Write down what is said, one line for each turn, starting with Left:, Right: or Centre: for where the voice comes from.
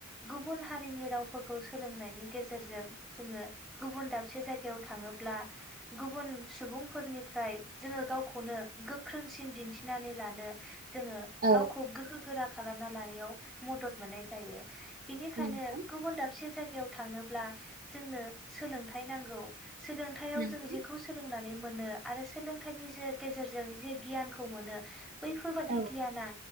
Centre: गुबुन हारिनि राव फोरखौ सोलोंनायनि गेजेरजों जोङो गुबुन दाबसे जायगायाव थाङोब्ला गुबुन सुबुंफोरनिफ्राय जोङो गावखौनो गोख्रोंसिन दिन्थिनानै लानो जोङो
Right: औ
Centre: गावखौ गोहो गोरा खालामना लायिाव मदद मोननाय जायो। बिनिखायनो।
Right: नंगौ
Centre: से जायगायाव थांङोब्ला जोंनो सोलोंथाइ नांगौ। सोलोंथायाइयाव
Right: नंगौ
Centre: जों जेखौ सोलोंनानै मोनो आरो सोलोंथाइनि जे गेजेरजों जे गियानखौ मोनो। बैफोरबादि
Right: औ
Centre: गियानआ।